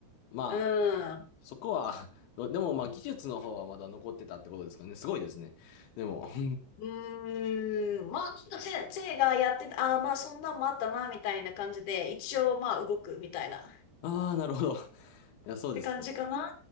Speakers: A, on the left; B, on the left.
A: まあ、
B: うん。
A: そこは、<laughs> どでもまあ、技術の方はまだ残ってたってことですかね。すごいですね。でも、<laughs>
B: うーん、まあ、ちょっとせ、せいがやってた、ああ、まあ、そんなんもあったな、みたいな感じで、一応、まあ、動く、みたいな。
A: ああ、なるほど。いや、そうです。
B: て感じかな。